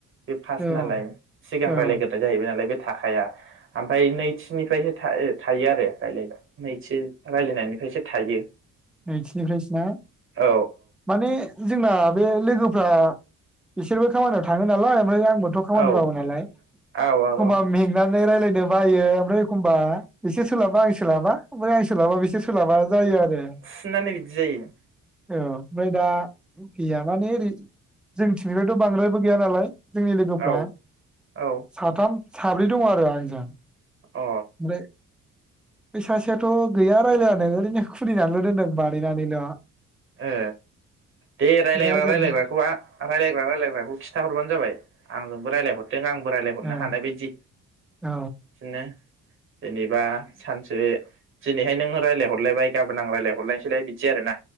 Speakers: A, on the right; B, in the centre.
A: बे फार्स
B: औ
A: नालाय सिगां
B: औ
A: रायलायग्राय जाहैबाय नालाय बे थाखाया ओमफ्राय नैथिनिफ्रायसो था-थायो आरो रायलायबाय। नै एसे रायलायनायनिफ्रायसो थायो
B: नैथिनिफ्रायसो ना
A: औ
B: माने जोंना बे लोगोफ्रा बिसोरबो खामानियाव थाङो नालाय ओमफ्राय आं बोथ' खानि
A: औ
B: मावो नालाया एखमबा
A: औ औ औ
B: मेंना रायलायनो बायो ओमफ्राय एखमबा बिसोर सोलाबबा आं सोलाबा ओमफ्राय आं सोलाबा बिसोर सोलाबा जायो आरो
A: सिनानौ बिदि जायो
B: औ ओमफ्राय दा गैया माने ओरै जों <unintelligible> बांद्रायबो गैया नालाय जोंनि लोगोफ्रा
A: औ औ
B: साथाम साब्रै दङ आरो आंजों ओमफ्राय
A: अ
B: बै सासेयाथ' गैया रायज्लायानो ओरैनो खुलिनानैल' दोन दों बानायनानैल'
A: ए दे रायलायग्रा
B: दा जों
A: रायज्लायग्राखौ रायज्लायग्रा रायजलायग्राखौ खिन्थााहरबानो जाबाय आंजोंबो रायजलायहर दों आंबो राय्लायहरनो
B: औ
A: हानाय बायदि
B: औ
A: बिदिनो जेनेबा सानसे दिनैहाय नों रायलाय हरबाय गाबोन आं रायलाय हरलायनोसैलाय बिदि आरो ना